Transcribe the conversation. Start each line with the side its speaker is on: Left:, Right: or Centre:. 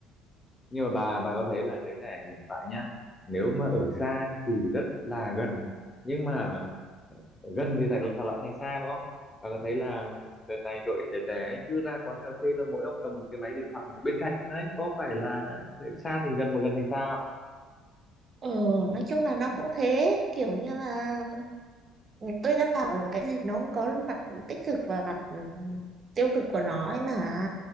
Left: nhưng mà bà bà có thấy là giới trẻ hiện tại nhá nếu mà ở xa thì rất là gần nhưng mà ờ, gần thì lại lại thành xa đúng không bà có thấy là đợt này đội trẻ trẻ ấy cứ ra quán cà phê là mỗi ông cầm một cái máy điện thoại bên cạnh đấy có phải là xa thành gần mà gần thành xa không
Right: ừ nói chung là nó cũng thế kiểu như là tôi đã bảo là cái gì nó cũng có mặt tích cực và mặt ừ, tiêu cực của nó ấy mà